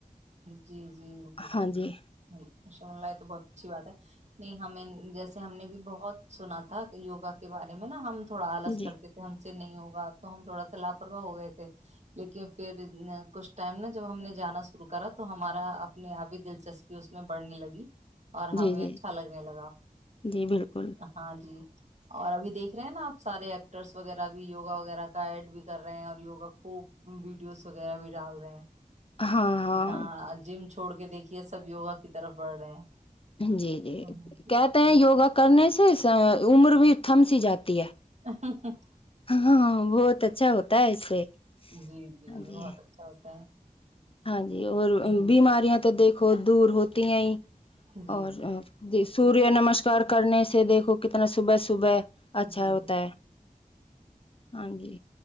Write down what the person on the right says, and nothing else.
جی جی ہ
سن ل ہے تو بہت اچھی بات ہے نہیں ہمیں جیسے ہم نے بھی بہت سنا تھا یوگا کے بارے میں نا ہم تھوڑا آلس
کرتے تھے ہم سے نہیں ہوگا تو ہم تھوڑا سا لاپرواہ ہو گئے تھے لیکن پھر کچھ ٹائم نا جب ہم نے جانا شرو کرا تو ہمارا اپنے آپ ہی دلچسپی اس میں بڑھنے لگی اور
ہمیں
اچھا لگنے لگا
ہاں جی اور ابھی دیکھ رہے ہیں نا آپ سارے ایکٹرس وغیرہ بھی یوگا وغیرہ کا ایڈ بھی کر رہے ہیں اور یوگا کو ویڈیوز وغیرہ بھی ڈال رہے ہیں
ت جم <inaudible> چھڑ کے دیکھیے سب یوگا کی طرف بڑھ رہے ہیں
ہاں جی
جی
ہ <inaudible>
جی
بہت
اچھا ہوتا ہے
ہ
جی
جی
جی